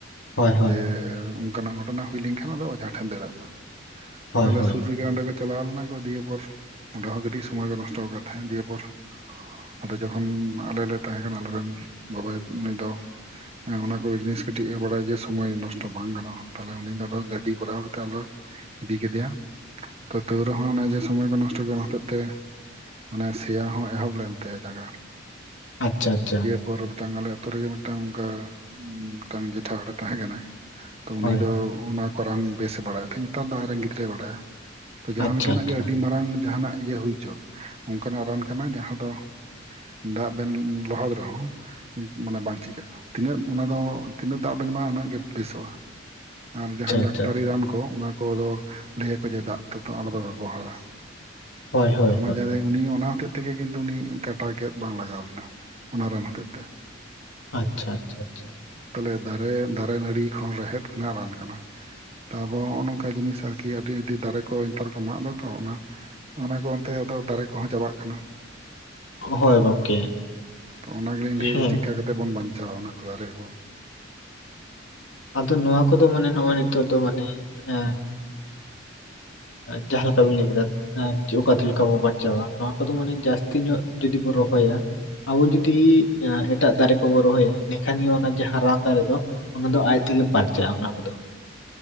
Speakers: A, on the left (about 75°); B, on the right (about 30°).
A: ᱦᱳᱭ ᱦᱳᱭ
B: ᱡᱮ ᱚᱱᱠᱟ ᱱᱟᱜ ᱜᱷᱚᱴᱚᱱᱟ ᱦᱩᱭ ᱞᱮᱱᱠᱷᱟᱱ ᱟᱫᱚ ᱚᱡᱷᱟ ᱴᱷᱮᱱ ᱫᱟᱹᱲᱟᱜ ᱢᱟ᱾
A: ᱦᱳᱭ
B: ᱟᱞᱮ
A: ᱦᱳᱭ
B: ᱥᱩᱨ ᱨᱮᱼᱼ ᱚᱸᱰᱮ ᱠᱚ ᱪᱟᱞᱟᱣ ᱞᱮᱱᱟ ᱠᱚ ᱫᱤᱭᱮᱯᱚᱨ ᱚᱸᱰᱮ ᱦᱚᱸ ᱠᱟᱹᱴᱤᱡ ᱥᱚᱢᱚᱭ ᱠᱚ ᱱᱚᱥᱴᱚ ᱟᱠᱟᱫ ᱛᱟᱦᱮᱸᱱᱟ᱾ ᱫᱤᱭᱮ ᱯᱚᱨᱼᱼ ᱟᱫᱚ ᱡᱚᱠᱷᱚᱱ ᱟᱞᱮ ᱞᱮ ᱛᱟᱦᱮᱸ ᱠᱟᱱᱟ ᱟᱱᱟ ᱟᱞᱮ ᱨᱮᱱ ᱜᱳᱜᱳᱭ ᱩᱱᱤ ᱫᱚ ᱦᱮᱸ ᱚᱱᱟ ᱠᱚ ᱡᱤᱱᱤᱥᱼᱼ ᱠᱟᱹᱴᱤᱡ ᱮ ᱵᱟᱲᱟᱭ ᱡᱮ ᱥᱚᱢᱚᱭ ᱱᱚᱥᱴᱚ ᱵᱟᱝ ᱜᱟᱱᱚᱜᱼᱟ᱾ ᱛᱟᱦᱚᱞᱮ ᱩᱱᱤ ᱫᱚ ᱟ ᱜᱟᱹᱰᱤ ᱠᱚᱨᱟᱣ ᱠᱟᱛᱮ ᱟᱞᱚᱼᱼ ᱤᱫᱤ ᱠᱮᱫᱮᱭᱟ ᱛᱚ ᱛᱟᱹᱣ ᱨᱮᱦᱚᱸ ᱚᱱᱮ ᱡᱮ ᱥᱚᱢᱚᱭ ᱠᱚ ᱱᱚᱥᱴᱚ ᱠᱮᱫ ᱚᱱᱟ ᱦᱚᱛᱮᱜ ᱛᱮᱼᱼ ᱢᱟᱱᱮ ᱥᱮᱭᱟ ᱦᱚᱸ ᱮᱦᱚᱵ ᱞᱮᱱ ᱛᱟᱭᱟ ᱡᱟᱸᱜᱟ᱾
A: ᱟᱪᱪᱷᱟ ᱟᱪᱪᱷᱟ ᱾
B: ᱯᱚᱨᱮ ᱢᱮᱫᱴᱟᱝ ᱟᱞᱮ ᱟᱛᱳ ᱨᱮᱜᱮ ᱢᱫᱴᱟᱝ ᱚᱱᱠᱟ ᱢᱮᱫᱴᱟᱝ ᱡᱮᱴᱷᱟᱦᱚᱲᱮ ᱛᱟᱦᱮᱸ ᱠᱟᱱᱟ ᱾ ᱛᱚ ᱩᱱᱤ
A: ᱦᱳᱭ
B: ᱫᱚ ᱚᱱᱟ ᱠᱚ ᱨᱟᱱ ᱵᱮᱥ ᱮ ᱵᱟᱲᱟᱭᱟ ᱛᱟᱦᱮᱫ᱾ ᱱᱮᱛᱟᱨ ᱫᱚ ᱟᱡ ᱨᱮᱱ ᱜᱤᱫᱽᱨᱟᱹᱭ ᱵᱟᱲᱟᱭᱟ᱾ ᱛᱚ ᱡᱟᱦᱟᱸ
A: ᱟᱪᱪᱷᱟ
B: ᱞᱮᱠᱟ ᱱᱟᱜ
A: ᱟᱪᱪᱷᱟ
B: ᱜᱮ ᱟᱹᱰᱤ
A: ᱟᱪᱪᱷᱟ
B: ᱢᱟᱨᱟᱝ ᱡᱟᱦᱟᱸ ᱱᱟᱜ ᱤᱭᱟᱹ ᱦᱩᱭ ᱦᱚᱪᱚᱜ, ᱚᱝᱠᱟ ᱱᱟᱜ ᱨᱟᱱ ᱠᱟᱱᱟ ᱡᱟᱦᱟᱸ ᱫᱚᱼᱼ ᱫᱟᱜ ᱵᱮᱱ ᱞᱚᱦᱚᱫ ᱨᱮᱦᱚᱸ ᱢᱟᱱᱮ ᱵᱟᱝ ᱪᱤᱠᱟᱹᱜᱼᱟ᱾ᱛᱤᱱᱟᱹᱜ ᱚᱱᱟ ᱫᱚᱼᱼ ᱛᱤᱱᱟᱹᱜ ᱫᱟᱜ ᱵᱮᱱ ᱮᱢᱟᱜᱼᱟ ᱩᱱᱟᱹᱜ ᱜᱮ ᱵᱮᱥᱚᱜᱼᱟ ᱾ ᱟᱨ ᱡᱟᱦᱟᱸ
A: ᱟᱪᱪᱷᱟ
B: ᱰᱟᱠᱛᱟᱨᱤ
A: ᱟᱪᱪᱷᱟ
B: ᱨᱟᱱ ᱠᱚᱼᱼ ᱚᱱᱟ ᱠᱚᱫᱚ ᱞᱟᱹᱭᱟ ᱠᱚ ᱡᱮ ᱫᱟᱜ ᱛᱮᱫᱚ ᱟᱞᱚᱯᱮ ᱵᱮᱵᱚᱦᱟᱨᱟ ᱾
A: ᱦᱳᱭ ᱦᱳᱭ
B: ᱛᱚ ᱚᱱᱟ
A: ᱦᱳᱭ
B: ᱡ <unintelligible>
A: ᱦᱳᱭ,
B: ᱩᱱᱤ ᱚᱱᱟ ᱦᱚᱛᱮᱡ ᱛᱮᱜᱮ ᱠᱤᱱᱛᱩ ᱩᱱᱤ ᱠᱟᱴᱟ ᱜᱮᱫ ᱵᱟᱝ ᱞᱟᱜᱟᱣ ᱞᱮᱱᱟ, ᱚᱱᱟ ᱨᱟᱱ ᱦᱚᱛᱮᱡ ᱛᱮ ᱾
A: ᱟᱪᱪᱷᱟ ᱟᱪᱪᱷᱟ ᱟᱪᱪᱷᱟ ᱾
B: ᱛᱟᱦᱞᱮ ᱫᱟᱨᱮ ᱫᱟᱨᱮ ᱱᱟᱹᱲᱤ ᱠᱷᱚᱱ ᱨᱮᱦᱮᱫ ᱨᱮᱱᱟᱜ ᱨᱟᱱ ᱠᱟᱱᱟ ᱾ ᱟᱨᱦᱚᱸ ᱱᱚᱜᱚ ᱱᱚᱝᱠᱟ ᱡᱤᱱᱤᱥ ᱟᱨᱠᱤ ᱟᱹᱰᱤ ᱟᱹᱰᱤ ᱫᱟᱨᱮ ᱠᱚ ᱱᱮᱛᱟᱨ ᱠᱚ ᱢᱟᱜ ᱮᱫᱟ ᱛᱚ ᱚᱱᱟ ᱾ ᱚᱱᱟ ᱠᱚ ᱚᱱᱛᱮ ᱟᱫᱚ ᱫᱟᱨᱮ ᱠᱚᱦᱚᱸ ᱪᱟᱵᱟᱜ ᱠᱟᱱᱟ ᱾
A: ᱦᱳᱭ ᱜᱚᱝᱠᱮ
B: ᱚ ᱚᱱᱟ ᱜᱮᱞᱤᱧ ᱞᱟᱹᱭᱟ
A: ᱦᱮᱸ
B: ᱡᱮ ᱪᱮᱫᱞᱮᱠᱟ ᱠᱟᱛᱮ ᱵᱚᱱ ᱵᱟᱧᱪᱟᱣᱟ ᱚᱱᱟ ᱠᱚ ᱫᱟᱨᱮ ᱠᱚ?
A: ᱟᱫᱚ ᱱᱚᱣᱟ ᱠᱚᱫᱚ ᱢᱟᱱᱮ ᱱᱚᱜᱼᱚᱭ ᱱᱤᱛᱚᱜ ᱫᱚ ᱢᱟᱱᱮ ᱮ ᱡᱟᱦᱟᱸ ᱞᱮᱠᱟ ᱵᱤᱱ ᱞᱟᱹᱭ ᱠᱮᱫᱟ ᱚᱠᱟ ᱞᱮᱠᱟ ᱵᱚ ᱵᱟᱧᱪᱟᱣᱟ ᱾ ᱱᱚᱣᱟ ᱠᱚᱫᱚ ᱢᱟᱱᱮ ᱡᱟᱹᱥᱛᱤ ᱧᱚᱜ ᱡᱩᱫᱤ ᱵᱚᱱ ᱨᱚᱦᱚᱭᱟ᱾ ᱟᱵᱚ ᱡᱩᱫᱤ ᱮᱴᱟᱜ ᱫᱟᱨᱮ ᱠᱚᱵᱚᱱ ᱨᱚᱦᱚᱭᱟ, ᱤᱱᱟᱹᱠᱷᱟᱱ ᱜᱮ ᱚᱱᱟ ᱡᱟᱦᱟᱸ ᱨᱟᱱ ᱫᱟᱨᱮ ᱫᱚ ᱚᱱᱟ ᱫᱚ ᱟᱡ ᱛᱮᱜᱮ ᱯᱟᱨᱪᱟᱜᱼᱟ ᱾ ᱚᱱᱟ ᱠᱚᱫᱚ